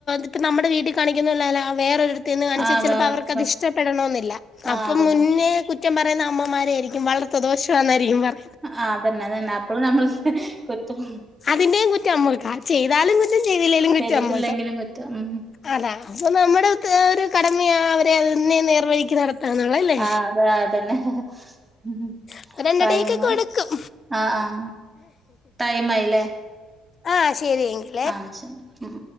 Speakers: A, on the left; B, on the right.
A: ഇപ്പ നമ്മുടെ വീട്ടിൽ കാണിക്കുന്ന വേറൊരിടത്ത് നിന്ന് കാണിച്ചാ
B: ആഹ്
A: ചിലപ്പോ
B: വേറെടുത്ത്
A: അവർക്കത്
B: പോയി
A: ഇഷ്ടപ്പെടണമെന്നില്ല അപ്പം
B: ആഹ് അതന്നെ
A: മുന്നേ കുറ്റം പറയുന്ന അമ്മമാരെ യായിരിക്കും വളർത്ത് ദോഷാ ന്നായിരിക്കും പറ
B: ആ അതന്നെ അതന്നെ അപ്പഴും നമ്മൾ കൊത്തും
A: പിന്നേം കുറ്റം നമുക്കാ ചെയ്താലും കുറ്റം ചെയ്തില്ലെലും കുറ്റം
B: ചെയ്തിട്ടില്ലെങ്കിലും
A: അമ്മൾക്കാ
B: കുറ്റം ഉം
A: അതാ അപ്പൊ നമ്മുടെ അത് ഒരു കടമയാ അവരെ അങ്ങ് നേർവഴിക്ക് നടത്ത തള്ളല്ലേ
B: ആഹ് അതെ അതന്നെ ഉം
A: അപ്പ രണ്ടടി
B: ടൈമായി
A: യൊക്കെ കൊടുക്കും
B: ആഹ് ആഹ് ടൈമായില്ലേ
A: ആഹ് ശരി
B: ആഹ് പഷേ ഉം